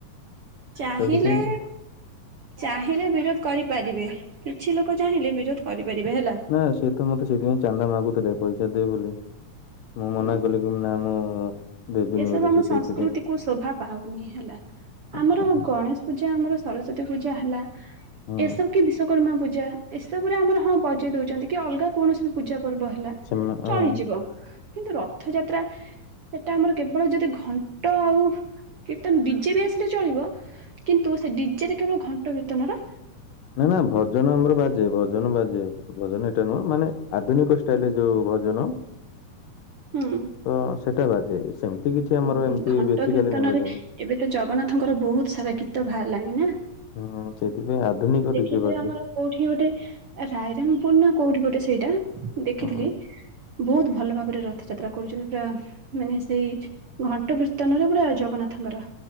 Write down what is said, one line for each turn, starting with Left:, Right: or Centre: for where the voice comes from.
Right: ଚାହିଁଲେ
Left: ତ ସେଥିପାଇଁ
Right: ଚାହିଁଲେ ବିରୋଧ କରିପାରିବେ କିଛି ଲୋକ ଚାହିଁଲେ ବିରୋଧ କରିପାରିବେ ହେଲା।
Left: ନା ସେଇ ତ ମତେ ସେଥିପାଇଁ ଚାନ୍ଦା ମାଗୁଥିଲେ ପଇସା ଦେ ବୋଲି। ମୁଁ ମନା
Right: ହୁଁ
Left: କଲି କି ନା ମୁଁ ଦେବିନି
Right: ଏସବୁ
Left: ବୋଲି
Right: ଆମ
Left: ସେ
Right: ସଂସ୍କୃତି
Left: ସେଇଥିପାଇଁ
Right: କୁ ଶୋଭା ପାଉନି ହେଲା।
Left: ହଁ
Right: ଆମର ଗଣେଶ ପୂଜା ଆମର ସରସ୍ଵତୀ ପୂଜା ହେଲା।
Left: ହଁ
Right: ଏସବୁ କି ବିଶ୍ଵକର୍ମା ପୂଜା ଏସବୁ ରେ ଆମର ହଁ ପଜେଇ ଦଉଛନ୍ତି କି ଅଲଗା କୌଣସି ବି ପୂଜା ପର୍ବ ହେଲା
Left: ସେମା ହଁ
Right: ଚଳିଯିବ। କିନ୍ତୁ ରଥଯାତ୍ରା। ଟା ଆମର କେବଳ ଯଦି ଘଣ୍ଟ ଆଉ କୀର୍ତ୍ତନ ଡିଜେ ବି ଆସିଲେ ଚଳିବ। କିନ୍ତୁ ସେ ଡିଜେରେ କେବଳ ଘଣ୍ଟ କିର୍ତନଟା
Left: ନା ନା ଭ ଭଜନ ଆମର ବାଜେ ଭଜନ ବାଜେ ଭଜନ ଏଟା ନୁହଁ ମାନେ ଆଧୁନିକ ଷ୍ଟାଇଲରେ ଯୋଉ ଭଜନ। <inaudible>
Right: ହୁଁ।
Left: ତ ସେଟା ବାଜେ ସେମିତି କିଛି ଆମର
Right: ହୁଁ
Left: ଏମତି
Right: ଘଣ୍ଟ
Left: ବେସିକାଲି
Right: କୀର୍ତ୍ତନରେ
Left: ନେବେ ଯେ
Right: ଏବେ ତ ଜଗନ୍ନାଥଙ୍କର ବହୁତ ସାରା ଗୀତ ବାହାରିଲାଣି ନା।
Left: ହୁଁ ସେଥିପାଇଁ ଆଧୁନିକ
Right: ଦେଖିଥିବେ
Left: ଡିଜେ ବାଯେ।
Right: ଆମର କୋଉଠି ଗୋଟେ ରାଇରଙ୍ଗପୁର ନା କୋଉଠି ଗୋଟେ ସେଇଟା ଦେଖିଥିଲି।
Left: ହଁ।
Right: ବହୁତ ଭଲ ଭାବରେ ରଥଯାତ୍ରା କରୁଛନ୍ତି ପୁରା ମାନେ ସେଇ ଘଣ୍ଟ କୀର୍ତ୍ତନର ପୁରା ଜଗନ୍ନାଥଙ୍କର।